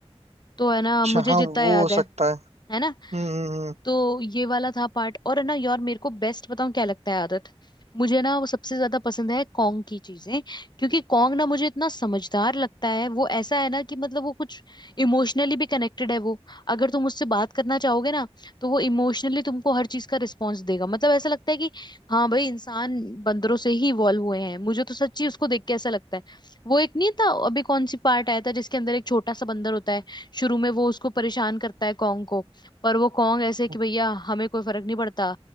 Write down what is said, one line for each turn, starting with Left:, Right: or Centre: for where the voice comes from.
Left: तो है ना
Right: अच्छा
Left: मुझे
Right: हाँ
Left: जितना
Right: वो
Left: याद
Right: हो सकता
Left: है
Right: है
Left: है
Right: हम्म
Left: ना
Right: हम्म,
Left: तो ये वाला था पार्ट और है ना यार मेरे को बेस्ट बताऊं क्या लगता है आदत मुझे ना वो सबसे ज्यादा पसंद है कॉन्ग की चीजें क्योंकि कॉन्ग ना मुझे इतना समझदार लगता है वो ऐसा है ना कि मतलब वो कुछ इमोशनली भी कनेक्टेड है वो अगर तुम उससे बात करना चाहोगे ना तो वो इमोशनली तुमको हर चीज का रिस्पॉन्स देगा मतलब ऐसा लगता है कि हाँ भाई इंसान बंदरों से ही इवॉल्व हुए हैं मुझे तो सच्ची उसको देख के ऐसा लगता है वो एक नहीं था अभी कौन सी पार्ट आया था जिसके अंदर एक छोटा सा बंदर होता है शुरू में वो उसको परेशान करता है कॉन्ग को पर वो कॉन्ग ऐसे कि
Right: हम्म।
Left: भैया हमें कोई फर्क नहीं पड़ता